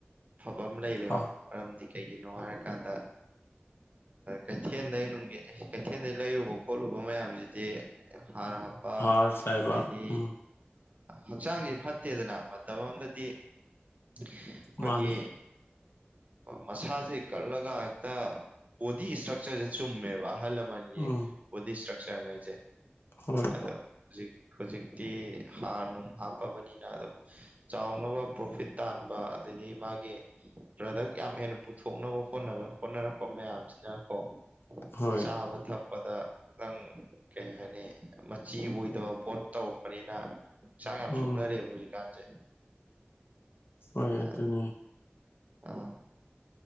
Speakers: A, on the right; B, on the left.
A: ꯑꯐꯕ ꯑꯃ ꯂꯩꯔꯦꯕ
B: ꯍꯥꯎ
A: ꯃꯔꯝꯗꯤ ꯀꯩꯒꯤꯅꯣ ꯍꯥꯏꯔꯀꯥꯟꯗ ꯀꯩꯊꯦꯟꯗꯩ ꯅꯨꯡꯒꯤꯠ ꯀꯩꯊꯦꯜꯗꯩ ꯂꯩꯔꯨꯕ ꯈꯣꯠꯂꯨꯕ ꯃꯌꯥꯝꯁꯤꯗꯤ ꯍꯥꯔ ꯍꯥꯞꯄ
B: ꯍꯥꯔ ꯆꯥꯏꯕ
A: ꯑꯗꯩꯗꯤ
B: ꯎꯝ
A: ꯍꯛꯆꯥꯡꯁꯦ ꯐꯠꯇꯦꯗꯅ ꯃꯇꯝ ꯑꯃꯗꯗꯤ ꯑꯩꯈꯣꯏꯒꯤ
B: ꯃꯥꯅꯦ
A: ꯃꯁꯥꯁꯦ ꯀꯠꯂꯒ ꯍꯦꯛꯇ ꯕꯣꯗꯤ ꯏꯁꯇ꯭ꯔꯛꯆꯔꯁꯦ ꯆꯨꯝꯃꯦꯕ ꯑꯍꯜ ꯂꯃꯟ
B: ꯎꯝ
A: ꯕꯣꯗꯤ ꯏꯁꯇ꯭ꯔꯛꯆꯔ ꯍꯥꯏꯁꯦ
B: ꯍꯣꯏ
A: ꯑꯗꯣ ꯍꯧꯖꯤꯛ ꯍꯧꯖꯤꯛꯇꯤ ꯍꯥꯔ ꯅꯨꯡ ꯍꯥꯞꯄꯕꯅꯤꯅ ꯑꯗꯨꯝ ꯆꯥꯎꯅꯕ ꯄ꯭ꯔꯣꯐꯤꯠ ꯇꯥꯟꯕ ꯑꯗꯩꯗꯤ ꯃꯥꯒꯤ ꯄ꯭ꯔꯗꯛ ꯌꯥꯝ ꯍꯦꯟꯅ ꯄꯨꯊꯣꯛꯅꯕ ꯈꯣꯠꯅꯕ ꯍꯣꯠꯅꯔꯛꯄ ꯃꯌꯥꯝꯁꯤꯅꯀꯣ
B: ꯍꯣꯏ
A: ꯆꯥꯕ ꯊꯛꯄ ꯗ ꯈꯤꯇꯪ ꯀꯩ ꯍꯥꯏꯅꯤ ꯃꯆꯤ ꯑꯣꯏꯗꯕ ꯄꯣꯠ ꯇꯧꯔꯛꯄꯅꯤꯅ ꯍꯛꯆꯥꯡ ꯌꯥꯝ
B: ꯎꯝ
A: ꯁꯣꯛꯅꯔꯦꯑꯕ ꯍꯧꯖꯤꯛꯀꯥꯟꯁꯦ
B: ꯍꯣꯏ
A: ꯑ
B: ꯑꯗꯨꯅꯤ
A: ꯑꯥ